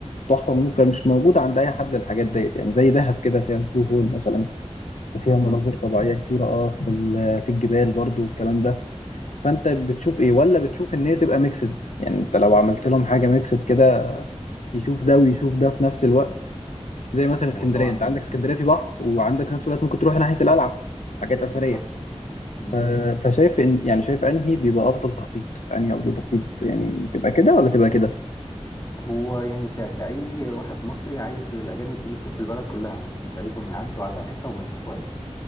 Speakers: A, on the left; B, on the left.
A: تحفة ممكن مش موجودة عند أي حد الحاجات ديت يعني زي دهب كده فيها البلو هول مثلا وفيها
B: بالظبط
A: مناظر طبيعية كتيرة اه في ال... في الجبال برضو والكلام ده فانت بتشوف ايه ولا بتشوف ان هي تبقى ميكسد يعني انت لو عملت لهم حاجه ميكسد كده يشوف ده ويشوف ده في نفس الوقت زي مثلا اسكندريه
B: هو طبعا
A: انت عندك اسكندريه في بحر وعندك في نفس الوقت ممكن تروح ناحيه القلعه حاجات اثريه
B: بالظبط مم.
A: ف... فشايف ان يعني شايف انهي بيبقى افضل تخطيط انهي افضل تخطيط يعني تبقى كده ولا تبقى كده
B: هو يعني ك... كأي واحد مصري عايز الأجانب تيجي تشوف البلد كلها مش مش عايزهم يعدوا على حتة وما يشوفوهاش